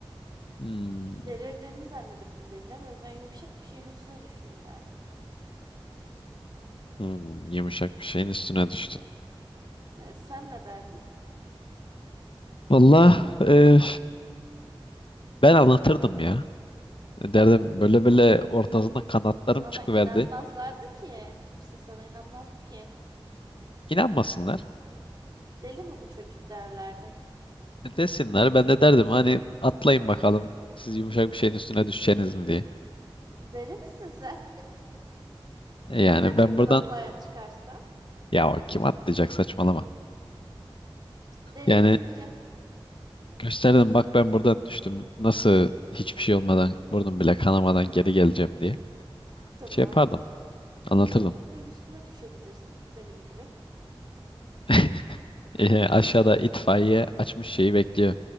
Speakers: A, on the left (about 65°); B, on the right (about 50°).
A: Hmm,
B: Delirdiğimi zannedebilirler. O yüzden yumuşak bir şeyin üstüne düştüm derdim.
A: hmm, yumuşak bir şeyin üstüne düştün.
B: Ee, sen ne derdin?
A: Vallahi e, ben anlatırdım ya. E, Derdim böyle böyle ortasında kanatlarım
B: Ama
A: çıkıverdi.
B: inanmazlardı ki. Kimse sana inanmazdı ki.
A: İnanmasınlar.
B: Deli mi bu çocuk derlerdi.
A: E, Desinler. Ben de derdim hani atlayın bakalım. Siz yumuşak bir şeyin üstüne düşeceğiniz mi diye.
B: Deli misin sen? <laughs>
A: E,
B: Ya
A: yani
B: gerçekten
A: ben buradan
B: atlayan çıkarsa?
A: ya o kim atlayacak saçmalama.
B: İşte delinin
A: Yani
B: biri. Ay,
A: Gösterdim bak ben buradan düştüm. Nasıl hiçbir şey olmadan burnum bile kanamadan geri geleceğim diye.
B: tamam.
A: Şey yapardım. Anlatırdım.
B: Yumuşak bir şeyin üstüne düşebilirsin. Benim gibi.
A: <laughs> E, aşağıda itfaiye açmış şeyi bekliyor.